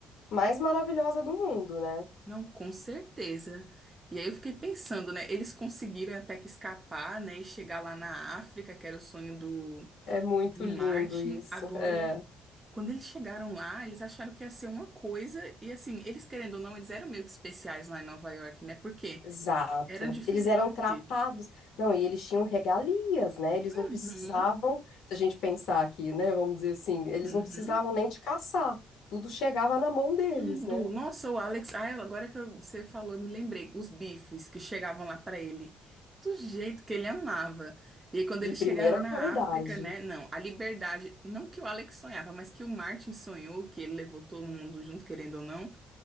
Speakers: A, on the left; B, on the right.
A: mais maravilhosa do mundo, né?
B: Não, com certeza. E aí eu fiquei pensando, né? Eles conseguiram até que escapar, né? E chegar lá na África, que era o sonho do,
A: É muito
B: do
A: lindo
B: Martin.
A: isso.
B: Agora,
A: É,
B: quando eles chegaram lá, eles acharam que ia ser uma coisa. E assim, eles querendo ou não, eles eram meio que especiais lá em Nova York, né? Porque
A: exato.
B: eram diferentes.
A: Eles eram tratados. Não, e eles tinham regalias, né? Eles
B: Uhum,
A: não precisavam, se a gente pensar aqui, né? Vamos dizer assim, eles
B: uhum.
A: não precisavam nem de caçar. Tudo chegava na mão deles,
B: Tudo.
A: né?
B: Nossa, o Alex. Ah, agora que eu- você falou, eu me lembrei. Os bifes que chegavam lá pra ele. Do jeito que ele amava. E aí, quando eles
A: De primeira
B: chegaram na
A: qualidade.
B: África, né? Não, a liberdade. Não que o Alex sonhava, mas que o Martin sonhou, que ele levou todo mundo junto, querendo ou não.